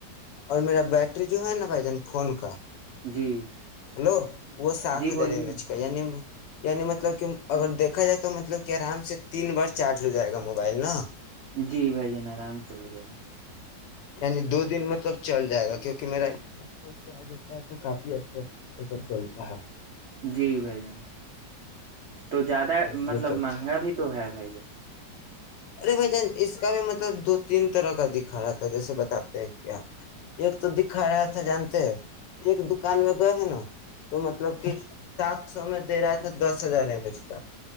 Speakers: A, on the left (about 80°); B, on the right (about 55°).
A: اور میرا بیٹری جو ہے نا بھائی جان فون کا
B: جی
A: ہلو وہ سات
B: جی بولیے
A: ہزار ایم
B: نا
A: ایچ کا یا نی یعنی مطلب کہ اگر دیکھا جائے تو مطلب کہ آرام سے تین بار چارج ہو جائے گا موبائل نا
B: جی بھائی جان آرام سے ہو جائے گا
A: یعنی دو دن مطلب چل جائے گا کیونکہ میرا فون چ آج ہوتا ہے تو کافی اچھا م چلتا ہے <inaudible>
B: جی بھائی جان تو زیادہ
A: چلیے
B: مطلب
A: تب
B: مہنگا بھی تو ہے بھائی جان
A: ارے بھائی جان اس کا بھی مطلب دو تین طرح کا دکھا رہا تھا جیسے بتاتے ہیں کیا ایک تو دکھا رہا تھا جانتے ہیں ایک دکان میں گئے ہیں نا تو مطلب کہ سات سو میں دے رہا تھا دس ہزار ہے اس کا